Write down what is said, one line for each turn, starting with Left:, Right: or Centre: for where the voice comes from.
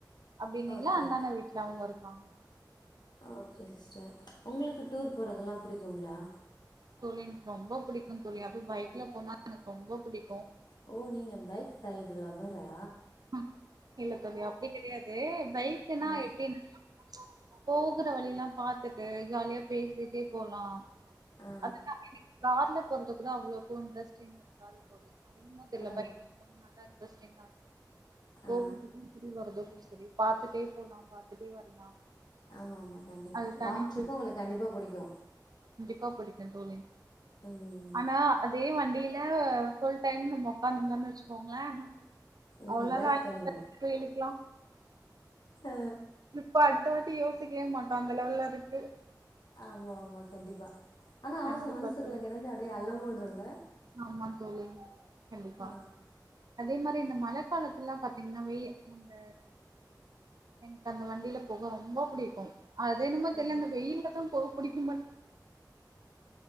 Right: அப்டின்னீள
Left: ஓகே
Right: அந்தாண
Left: ஓகே
Right: வீட்லே அவுங்க இரு வாங்கு
Left: ஓகே சிஸ்டர் உங்குளுக்கு டூர் போறதெல்லா புடிக்குங்ளா
Right: தோழின்க் ரொம்போ புடிக்குன் தோழி அதுவு பைக்லே போனா எனக் ரொம்போ புடி
Left: ஓ நீங்கே பைக் <unintelligible> லவ்வரா
Right: ம் இல்லே தோழி அப்டி கெடையாது தேம் பைக்குனா
Left: ஆ
Right: எப்டின்னா போகற வழிய எல்லா பாத்துட்டு ஜாலியா பேசிட்டே போலா
Left: ஆ
Right: அதுதா அப்டி நீங்க கார்ல போறது கூட அவ்ளோக்கு இண்ட்ரஸ்டிங் இருக்காது தோழி அது என்னமோ தெரில
Left: ஆ
Right: பைக் ரைடிங் போனா நல்லா இன்ட்ரஸ்டிங்கா போறதுக்கு
Left: ஆ
Right: திரும்பி வர்றதுக்கு செரி பாத்துட்டே போலா பாத்துட்டே வரலா
Left: ஆமாமா கண்டிப்பா
Right: அது தனி
Left: லாங் ட்ரிப் உங்களுக்கு கண்டிப்பா புடிக்கு
Right: பா புடிக்கு தோழி
Left: ம்
Right: ஆனா அதே வண்டியி ல ஃபுல் டைம் நம்ம உக்காந்து இருந்தோனு வச்சுக்கோங்ளே
Left: ம்
Right: அவ்ளோதா
Left: பேக் பெயின்
Right: இப்ப
Left: வரு
Right: இருக்க வெயிலுக்குலா
Left: ஆ
Right: டிரிப் அடுத்த வா ட்டி யோசிக்கவே மாட்டோ அந்த லெவல்லா இருக்கு
Left: ஆமா ஆமா கண்டிப்பா, ஆனா
Right: கண்டிப்பா
Left: ஆச மனசுகுள்ள
Right: தோழி
Left: கெடந்து அப்டியே அலமோ துலா
Right: ஆமா தோழி கண்டிப்பா
Left: ஆ
Right: அதே மாரி இந்த மழை காலத்துல்லா பாத்தீங்னா வெய் அந்த எனக்கு அந்த வண்டில போக ரொம்ப புடிக்கு அது என்னுமோ
Left: ம்
Right: தெரில இந்த வெயில்ல தா போவ புடிக்க மாட்டு